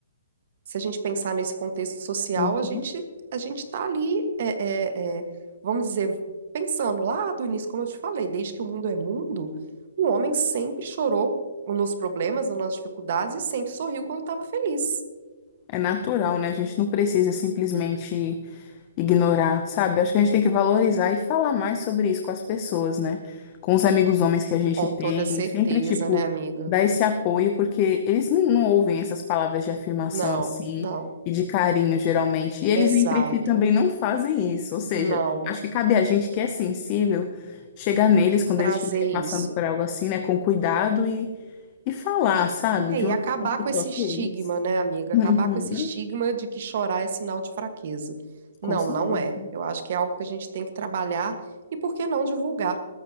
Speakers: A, on the right; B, on the left.
A: se a gente pensar nesse contexto social,
B: uhum.
A: a gente, a gente está ali, é, é, é, vamos dizer, pensando lá do início, como eu te falei, desde que o mundo é mundo, o homem sempre chorou nos problemas, nas dificuldades e sempre sorriu quando estava feliz.
B: É natural, né? A gente não precisa simplesmente ignorar, sabe? Acho que a gente tem que valorizar e falar mais sobre isso com as pessoas, né? Com os amigos homens que a gente
A: Com
B: tem,
A: toda certeza,
B: sempre, tipo,
A: né, amiga?
B: dar esse apoio, porque eles não, não ouvem essas palavras de afirmação
A: Não,
B: assim
A: não.
B: e de carinho, geralmente. E eles
A: Exato.
B: entre si também não fazem isso. Ou seja,
A: Não.
B: acho que cabe a gente que é sensível chegar neles quando
A: trazer
B: eles estiverem passando
A: isso.
B: por algo assim, né? Com cuidado e, e falar, sabe?
A: É,
B: De
A: e
B: uma
A: acabar
B: forma que
A: com
B: toque
A: esse estigma,
B: eles.
A: né, amiga? Acabar
B: <laughs>
A: com
B: Uhum.
A: esse estigma de que chorar é sinal de fraqueza. Não,
B: Com certeza.
A: não é. Eu acho que é algo que a gente tem que trabalhar e por que não divulgar?